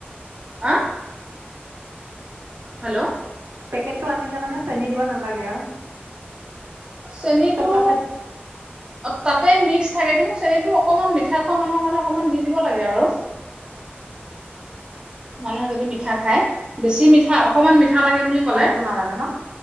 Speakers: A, on the right (about 20°); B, on the right (about 70°).
A: হ হেল্ল'
B: পেকটটো আনিলে মানে চেনি দিব নালাগে আৰু
A: চেনীটো
B: চব তাতে
A: তাত মিক্স থাকে কিন্তু চেনিটো অকমান মিঠা খোৱা মানুহৰ কাৰণে অকমান দি দিব লাগে আৰু মানুহে যদি মিঠা খায় বেছি মিঠা অকমান মিঠা। মিঠা লাগে বুলি ক'লে
B: একো নালাগে ন